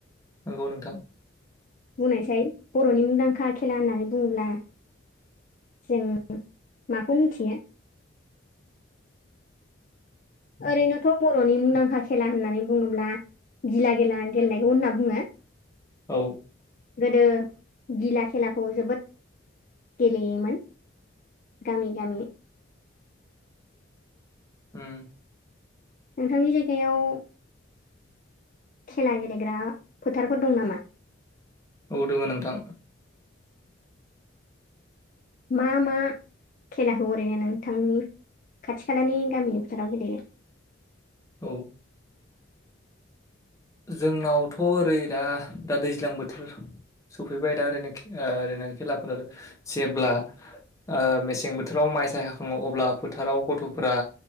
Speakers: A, on the left (about 15°); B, on the left (about 40°).
A: नंगौ नोंथां।
B: बुंनायसाय बर'नि मुंदांखा खेला होननानै बुङोब्ला जों माखौ मिथियो। ओरैनोथ' बर'नि मुंदांखा खेला होननानै बुङोब्ला गिला खेला गेलेनायखौ होनना बुङो
A: औ।
B: गोदो गिला खेलाखौ जोबोद गेलेयोमोन। गामि गामि
A: <inaudible> ओम
B: नोंथांनि जायगायाव। खेला गेलेग्रा फोथारफोर दं नामा?
A: औ दोङो नोंथां।
B: मा मा? खेलाखौ ओरैनो नोंथांनि खाथि खालानि गामिनि फोथाराव गेलेयो?
A: औ। जोंनावथ' ओरै दा दा दैज्लां बोथोर सफैबाय दा ओरैनो ओरैनो खेलाफोरा जेब्ला ओ मेसें बोथोराव। माइ साय हाखङो अब्ला फोथाराव गथ'फ्रा